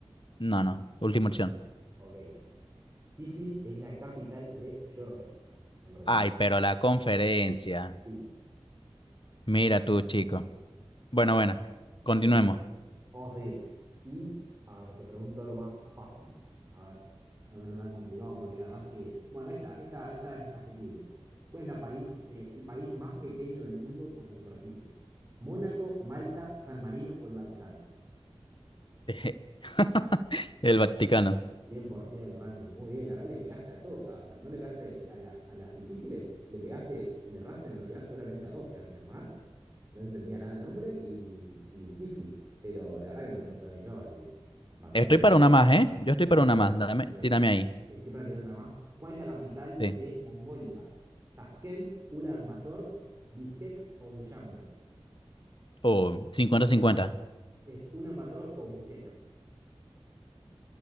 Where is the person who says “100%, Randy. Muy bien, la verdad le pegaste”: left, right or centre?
Right